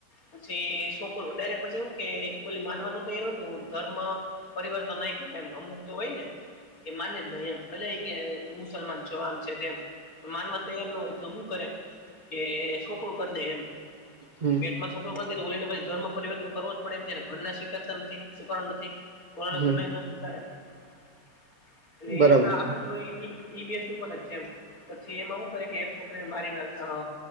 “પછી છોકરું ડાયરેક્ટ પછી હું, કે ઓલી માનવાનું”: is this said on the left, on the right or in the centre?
Left